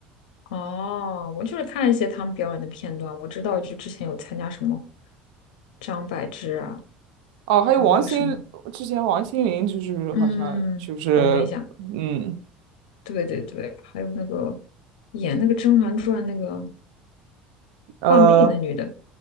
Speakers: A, on the left; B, on the right.
A: 哦，我就是看了一些他们表演的片段，我知道就之前有参加什么张柏芝啊，
B: 哦，还有王心，
A: 还有那个什么，
B: 之前王心凌就是好像就是嗯
A: 嗯，红了一下，对对对，还有那个演那个《甄嬛传》那个
B: 呃
A: 浣碧那女的